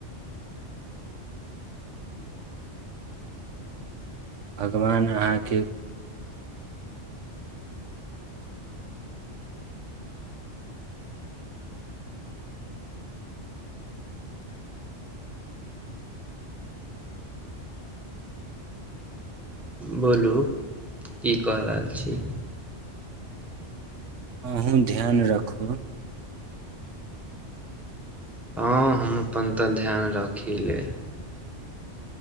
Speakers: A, on the right (about 80°); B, in the centre.
A: भगवान अहाँके
B: बोलू की क रहल छी
A: अहूँ ध्यान रखू
B: हँ हम अपन तऽ ध्यान रखी लेल